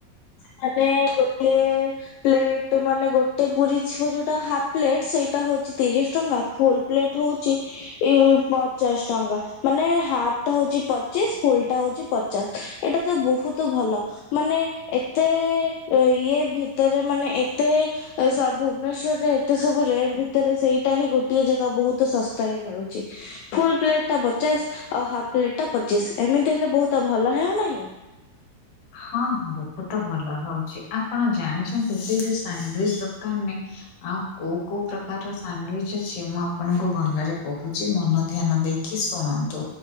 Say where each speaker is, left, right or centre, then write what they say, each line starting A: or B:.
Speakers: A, on the left (about 80°); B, on the left (about 65°).
A: ମାନେ ଗୋଟେ ପ୍ଲେଟ ମାନେ ଗୋଟେ ପୁରୀ ଥିବ ଯୋଉଟା ହାପ୍ ପ୍ଲେଟ ସେଇଟା ହଉଛି ତିରିଶ ଟଙ୍କା। ଫୁଲ ପ୍ଲେଟ ହଉଚି ଇ ପଚାଶ ଟଙ୍କା। ମାନେ ହାଫ ଟା ହଉଛି ପଚିଶ ଫୁଲ ଟା ହଉଛି ପଚାଶ। ଏଇଟା ତ ବହୁତ ଭଲ। ମାନେ ଏତେ ଇଏ ଭିତରେ ମାନେ ଏତେ ସ ଭୁବନେଶ୍ବରରେ ଏତେ ସବୁ ରେଟ୍ ଭିତରେ ସେଇଟା ହିଁ ଗୋଟାଏ ଜାଗା ବହୁତ ଶସ୍ତାରେ ମିଳୁଚି। ଫୁଲ ପ୍ଲେଟ ଟା ପଚାଶ ଆଉ ହାଫ ପ୍ଲେଟ ଟା ପଚିଶ। ଏମିତି ହେଲେ ବହୁତ ଭଲ ହେଉନାହିଁ।
B: ହଁ ବହୁତ ଭଲ ହଉଚି। ଆପଣ ଜାଣିଛନ୍ତି ସେଇ ଯୋଉ ଶାଣ୍ଡଉଇଚ ସବୁ ଦୋକାନ ରେ ଆଉ କୋଉ କୋଉ ପ୍ରକାରର ସାଣ୍ଡଉଇଚ ଅଛି? କି ମୁଁ ଆପଣଙ୍କୁ ଭଲରେ କହୁଚି ମନ ଧ୍ୟାନ ଦେଇକି ଶୁଣନ୍ତୁ।